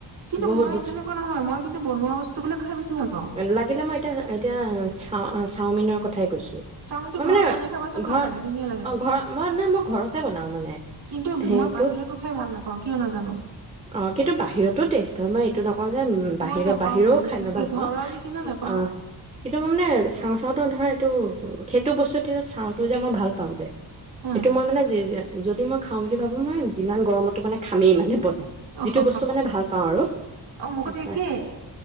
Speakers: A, on the right; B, on the right.
A: কিন্তু
B: বহুত
A: মই তেনেকুৱা নহয় মই কিন্তু বনো বস্তু বিলাক খাই ভাল পাওঁ
B: লাগিলে মই এতিয়া এতিয়া চা চাওমি কথাই কৈছো
A: চাওমিনটো
B: মই
A: ঘৰত
B: মানে
A: বনাই খাবাচোন ভাল
B: ঘৰ
A: লাগে ধুনীয়া লাগে
B: অ ঘৰ মই নাই মই ঘৰতে বনাও মানে
A: কিন্তু
B: সেইটো
A: মই বাহিৰতো খাই ভাল নাপাওঁ কিয় নাজানো
B: অ কিন্তু বাহিৰতো টেষ্ট হয় মই এইটো নকওঁ যে বাহিৰৰ
A: মই নেপাওঁ
B: বাহিৰৰেও
A: কিন্তু
B: খাই
A: ঘৰৰ
B: মই ভাল পাওঁ
A: নিচিনা নেপাওঁ
B: অ কিন্তু মই মানে চাওঁ চাওঁতে ধৰা এইটো উ সেইটো বস্তুাতো চাওঁতো যে মই ভাল পাওঁ যে
A: হা
B: সেইটো মই মানে যি যে যদি মই খাওঁ বুলি ভাবো মই যিমান গৰমতো মানে খামেই মানে বনাই
A: অহু
B: যিটো বস্তু মানে ভাল পাওঁ আৰু
A: অহু মইতো
B: তাৰপৰা
A: একেই